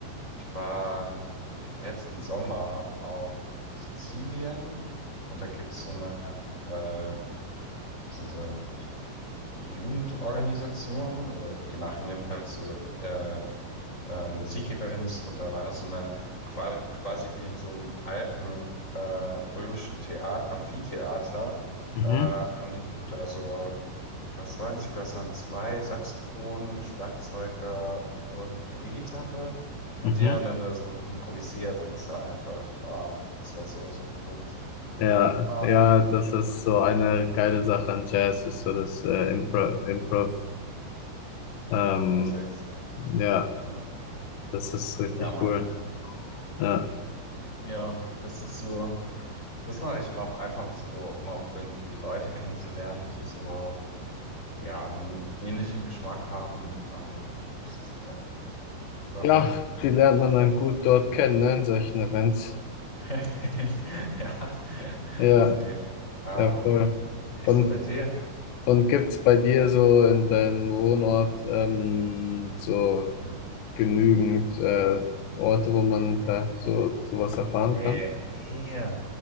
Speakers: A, on the left; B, on the left.
A: ich war letzten Sommer auf Sizilien und da gibt's so eine äh, diese Jugendorganisation oder die machen jedenfalls so äh, äh, Musikevents und da war so eine qua- quasi wie in so einem alten äh, römischen Thea Amphitheater
B: Mhm.
A: äh, haben die dann da so, was waren es? Ich glaube, es waren zwei Saxophonen, Schlagzeuger und eine E-Gitarre und
B: Mhm.
A: die haben dann da so improvisiert und das war einfach, ah, das war so, so gut.
B: Ja,
A: Ah,
B: ja, das ist so eine geile Sache an Jazz, ist so das äh, Impro Improv. Ähm,
A: Improvisation.
B: ja,
A: Mhm.
B: das ist richtig
A: Ja, Mann.
B: cool. Ja.
A: Ja, das ist so, das mache ich auch einfach so, um auch irgendwie Leute kennenzulernen, die so, ja, einen ähnlichen Geschmack haben. Ähm, das ist auch echt eine coole Sache.
B: Ja, die lernt man
A: Ne?
B: dann gut dort kennen, ne, in solchen Events.
A: <laughs> Ja,
B: Ja,
A: safe. Ähm,
B: ja, voll.
A: wie ist
B: Und
A: denn bei dir?
B: Und gibt's bei dir so in deinem Wohnort
A: Hm.
B: ähm, so
A: Hm?
B: genügend äh, Orte, wo man da so sowas erfahren
A: Nee,
B: kann?
A: nee,